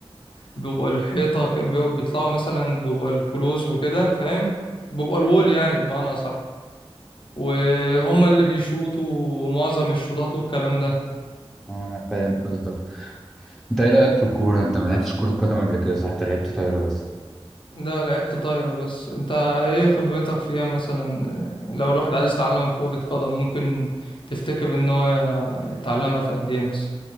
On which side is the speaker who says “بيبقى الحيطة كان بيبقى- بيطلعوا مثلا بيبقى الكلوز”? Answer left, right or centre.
Left